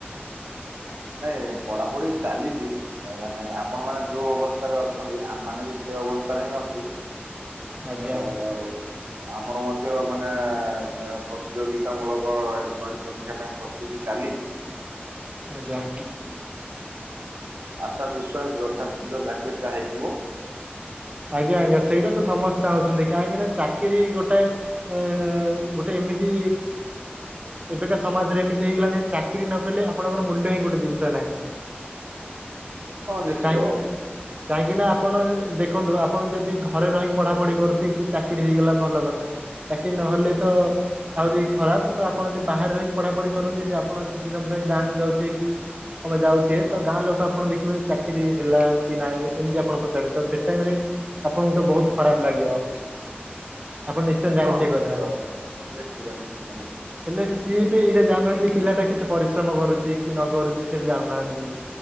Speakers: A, on the right; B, on the right.
A: ନାଇଁ ପଢାପଢି ଚାଲିଛି। ମାନେ ଆପଣ ମାନେ ଯୋଉ ଅବସ୍ଥାରେ ଅଛନ୍ତି, ଆମ ମାନେ ବି ସେ ଅବସ୍ଥାରେ ହିଁ ଅଛୁ।
B: ଆଜ୍ଞା।
A: ଆଉ ଆମର ମଧ୍ୟ ମାନେ ଏ ପ୍ରତିଯୋଗିତା ମୂଳକ ପରୀକ୍ଷା ପାଇଁ ପ୍ରସ୍ତୁ ତୁତି ଚାଲିଛି।
B: ଆଜ୍ଞା।
A: ଆଶା ବିଶ୍ୱାସ୍ ଯଥାଶୀଘ୍ର ଚାକିରୀଟା ହେଇଯିବ।
B: ଆଜ୍ଞା! ଆଜ୍ଞା! ସେଇଟା ତ ସମସ୍ତେ ଚାହୁଁଛନ୍ତି। କାହିଁକି ନା ଚାକିରି ଗୋଟେ ଏ ଗୋଟେ ଏମିତି ଏବେକା ସମାଜରେ ଏମିତି ହେଇଗଲାଣି ଚାକିରି କଲେ ଆପଣଙ୍କ ମୂଲ୍ୟ ହିଁ ଗୋଟେ ଜିନିଷ ନାହିଁ।
A: ହଁ ନିଶ୍ଚିତ
B: କାହିଁକି
A: ଭାବରେ
B: କାହିଁକି ନା ଆପଣ ଦେଖ୍ କୁହନ୍ତୁ ଆପଣ ଯଦି ଘରେ ରହିି ପଢାପଢି କରୁଥିବେ। କି ଚାକିରି ହେଇଗଲା ଭଲ କଥା ଚାକିରି ନହେଲେ
A: ହୁଁ
B: ତ
A: ହୁଁ
B: ଆହୁରି ଖରାପ ତ ଆପଣ ଯଦି ବାହାରେ ରହିି ପଢାପଢି କରନ୍ତି। ଯଦି ଆପଣ କିଛି ସମୟ ପାଇଁ ଗାଁକୁ ଯାଉଥିବେ କି ଆମେ ଯାଉଥିବେ ତ
A: ହଁ
B: ଗାଁ ଲୋକ ଆପଣ ଦେଖିବେ ଚାକିରି ହେଲା କି ନାଇଁ ଏମିତି ଆପଣ ପଚାରିବେ ତ ସେ ସେ ଟାଇମରେ ଆପଣଙ୍କୁ ତ ବହୁତ ଖରାପ ଲାଗିବ। ଆପଣ ନିଶ୍ଚୟ
A: ହଁ
B: ଜାଣିଥିବେ
A: ନିଶ୍ଚିତ-
B: କଥା।
A: ନିଶ୍ଚିତ- ନିଶ୍ଚିତ- ନିଶ୍ଚିତ
B: ହେଲେ ସିଏବି ଏଇଟା ଜାନୁନାହାନ୍ତି ପିଲାଟା କେତେ ପରିଶ୍ରମ କରୁଛି କି ନ କରୁଛି ସେଟା ଜାଣୁନାହାନ୍ତି।